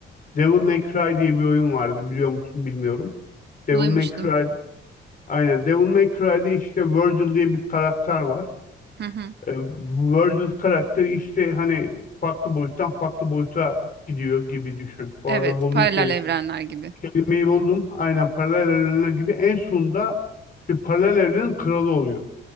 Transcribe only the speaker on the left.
Devil May Cry diye bir oyun vardı biliyor musun bilmiyorum. Devil
May Cry Aynen. Devil May Cry'de işte Virgil diye bir karakter var.
Ee, bu Virgil karakteri işte hani farklı boyuttan farklı boyuta gidiyor gibi düşün. Bu
arada buldum
kelime.
Kelimeyi buldum. Aynen paralel evrenler gibi en sonunda bir paralel evrenin kralı oluyor.